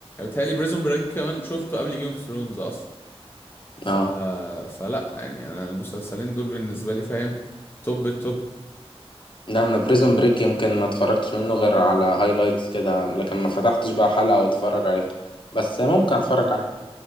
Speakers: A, on the left; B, on the left.
A: بيتهيألي بريزون بريك كمان شفته قبل جيم اوف ثرونز اصلا ف...
B: اه
A: فلا يعني انا المسلسلين دول بالنسبه لي فاهم توب التوب
B: لا انا بريزون بريك يمكن ما اتفرجتش منه غير على هايلايتس كده لكن ما فتحتش بقى حلقة واتفرج عليه بس ممكن
A: فاهم
B: اتفرج
A: إزاي؟
B: عليه